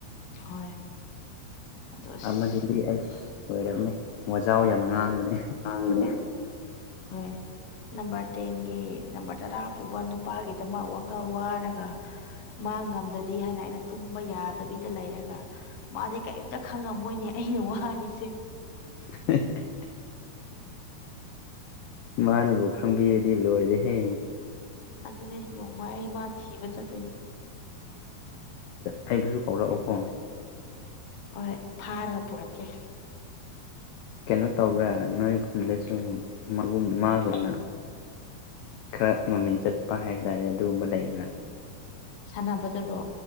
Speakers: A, on the left (about 55°); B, on the left (about 75°).
A: ꯍꯣꯏ ꯑꯗꯣ ꯑꯁ
B: ꯑꯃꯗꯨꯗꯤ ꯑꯩꯁ ꯂꯣꯏꯔꯝꯅꯦ ꯋꯥꯖꯥꯎ ꯌꯥꯝ ꯉꯥꯡꯕꯅꯦ
A: ꯉꯥꯡꯕꯅꯦ ꯍꯣꯏ ꯅꯝꯕꯔ ꯇꯦꯟꯒꯤ ꯅꯝꯕꯔ ꯇꯔꯥ ꯄꯨꯕ ꯅꯨꯄꯥꯒꯤꯗꯃꯛ ꯋꯥꯈꯜ ꯋꯥꯔꯒ ꯃꯥ ꯉꯝꯗ꯭ꯔꯗꯤ ꯍꯥꯏꯅ ꯑꯩꯅ ꯇꯨꯝꯕ ꯌꯥꯗꯕꯤ ꯇ ꯂꯩꯔꯒ ꯃꯥꯁꯦ ꯀꯔꯤꯝꯇ ꯈꯪꯉꯝꯃꯣꯏꯅꯦ ꯑꯩꯅ ꯋꯥꯔꯤꯁꯦ
B: <unintelligible> ꯃꯥꯅꯕꯨ ꯈꯪꯕꯤꯔꯗꯤ ꯂꯣꯏꯔꯦꯍꯦ
A: ꯑꯗꯨꯅꯦ ꯅꯣꯡꯃ ꯑꯩ ꯃꯥ ꯊꯤꯕ ꯆꯠꯇꯣꯏꯅꯦ
B: ꯑꯩꯕꯨꯁꯨ ꯀꯧꯔꯛꯎ ꯀꯣ
A: ꯍꯣꯏ ꯐꯥꯔꯒ ꯄꯨꯔꯛꯀꯦ
B: ꯀꯩꯅꯣ ꯇꯧꯕ꯭ꯔꯥ ꯅꯣꯏ ꯈꯨꯟꯗꯁꯨ ꯃꯥꯒꯨꯝꯅ ꯈꯔ ꯃꯃꯤꯡ ꯆꯠꯄ ꯍꯥꯏꯇꯥꯔꯦ ꯑꯗꯨꯒꯨꯝꯕ ꯂꯩꯕ꯭ꯔꯥ
A: ꯁꯥꯟꯅꯕꯗꯔꯣ